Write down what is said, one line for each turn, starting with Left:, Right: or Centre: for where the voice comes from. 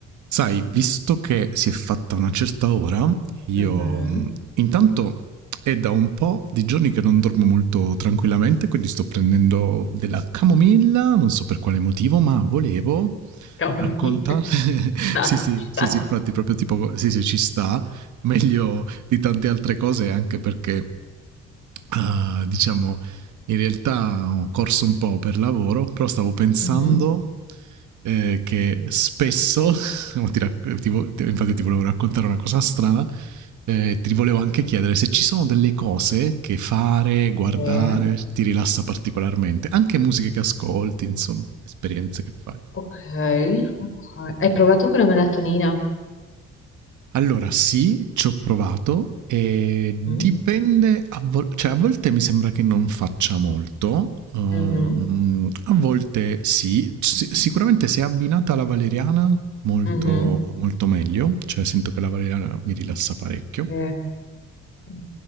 Right: Sai, visto che si è fatta una certa ora, io
Left: Mhm.
Right: mm, intanto è da un po' di giorni che non dormo molto tranquillamente, quindi sto prendendo della camomilla, non so per quale motivo, ma volevo
Left: Camomilla,
Right: raccontare... <laughs>
Left: <laughs> sta,
Right: sì, sì,
Left: ci
Right: sì,
Left: sta.
Right: sì, infatti proprio tipo, sì, sì, ci sta, meglio di tante altre cose, anche perché, ah, diciamo, in realtà ho corso un po' per lavoro, però stavo pensando
Left: Mhm.
Right: eh, che spesso No, Ti rac- ti vo- ti- infatti ti volevo raccontare una cosa strana. Eh, ti volevo anche chiedere se ci sono delle cose che fare, guardare,
Left: Sì.
Right: ti rilassa particolarmente, anche musiche che ascolti, insomma, esperienze che fai.
Left: Ok, ok. Hai provato con la melatonina?
Right: Allora, sì, ci ho provato e dipende,
Left: Mm?
Right: a, vol- cioè, a volte mi sembra che non faccia molto, ehm,
Left: Mhm.
Right: a volte sì, Ci- sicuramente se è abbinata alla valeriana molto,
Left: Mhm.
Right: molto meglio, cioè sento che la valeriana mi rilassa parecchio.
Left: Sì, sì.